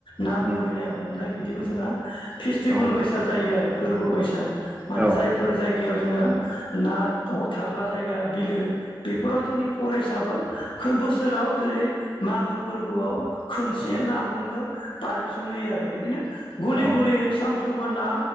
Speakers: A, on the left; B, on the right.
A: ना
B: उम
A: गुरैनाय हमनाय बिदिबो जोंहा फेस्टिभेल
B: औ
A: बायसा जायो आरो फोरबो बायसा माने
B: औ
A: जायफोर जाय जायगायाव जोङो ना थाग्रा जायगा बिलो बेफोराव जोंनि फरेस्टाबो बोसोराव जेरै मागो फोरबोआव खनसे
B: औ
A: ना हमनो पारमिशन होयो आरो बिदिनो गुलि
B: औ
A: गुलि साम सानफ्रोमबो ना